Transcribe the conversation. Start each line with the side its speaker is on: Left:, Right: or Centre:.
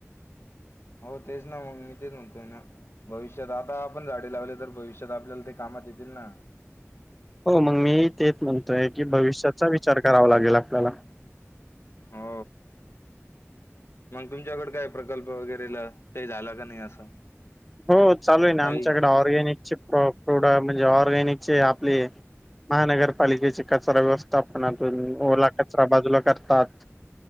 Left: हो तेच ना मग मी तेच म्हणतोय ना भविष्यात आता आपण झाडे लावले तर भविष्यात आपल्याला ते कामात येतील ना
Centre: हो मग मी तेच म्हणतोय की भविष्याचा विचार करावा लागेल आपल्याला
Left: हो मग तुमच्याकड काय प्रकल्प वगैरेला काही झाला का नाही असं
Centre: हो चालू आहे ना
Left: काही
Centre: आमच्याकडे ऑर्गॅनिकचे प्रोड म्हणजे ऑर्गॅनिकचे आपले महानगरपालिकेचे कचरा व्यवस्थापनातून ओला कचरा बाजूला करतात